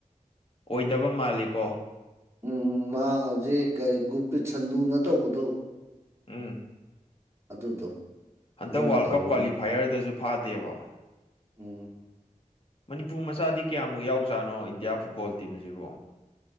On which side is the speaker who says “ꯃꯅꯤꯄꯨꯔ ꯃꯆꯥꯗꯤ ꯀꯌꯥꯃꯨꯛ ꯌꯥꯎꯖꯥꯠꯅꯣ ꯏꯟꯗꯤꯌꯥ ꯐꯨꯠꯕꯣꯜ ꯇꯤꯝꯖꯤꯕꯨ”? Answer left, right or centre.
Left